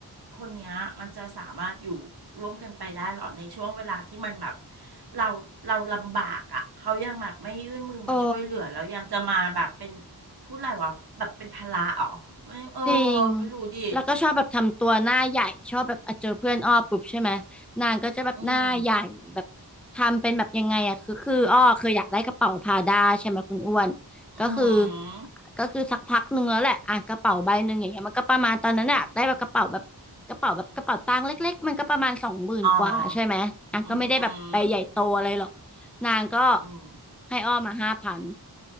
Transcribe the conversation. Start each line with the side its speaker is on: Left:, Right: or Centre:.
Right: คนเนี้ยมันจะสามารถอยู่ร่วมกันไปได้หรอในช่วงเวลาที่มันแบบเราเราลำบากอ่ะเขายังแบบไม่ยื่นมือมาช่วยเหลือแล้วยังจะมาแบบเป็น
Centre: เออ
Right: พูดอะไรวะแบบเป็นภาระอ๋อไม่เออ
Centre: จริง
Right: ไม่รู้ดิ
Centre: แล้วก็ชอบแบบทำตัวหน้าใหญ่ชอบแบบอ่ะเจอเพื่อนอ้อปุ๊บใช่ไหมนางก็จะแบบหน้าใหญ่แบบทำเป็นแบบยังไงอะคือคืออ้อเคยอยากได้กระเป๋าพาด้าใช่ไหมคุณอ้วน
Right: อืมอืมอห
Centre: ก็คือ
Right: ือ
Centre: ก็คือสักพักหนึ่งแล้วแหละอ่ะกระเป๋าใบหนึ่งอย่างเงี้ยมันก็ประมาณตอนนั้นอะได้แบบกระเป๋าแบบกระเป๋าแบบกระเป๋าตังค์เล็กๆมันก็ประมาณสองหมื่นกว่าใช่ไหมอ่ะก็ไม่ได้แบบไปใหญ่โตอะไรหรอก
Right: อ๋ออืมอหือ
Centre: นางก็
Right: อืม
Centre: ให้อ้อมาห้าพัน